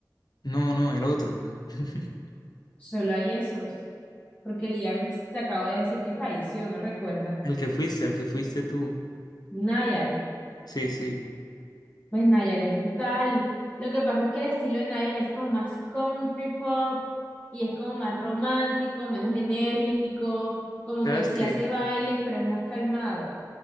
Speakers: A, on the left (about 65°); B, on the left (about 20°).
A: No, no, el otro. <laughs>
B: solo hay esos. Porque Liam te acabo de decir que falleció, ¿no recuerdas?
A: El que fuiste, el que fuiste tú.
B: Niall,
A: Sí, sí.
B: pues Niall es brutal. Lo que pasa es que el estilo de Niall es como más country pop y es como más romántico, menos enérgico, como
A: Sabes
B: que sí
A: que,
B: hace bailes, pero es más calmado.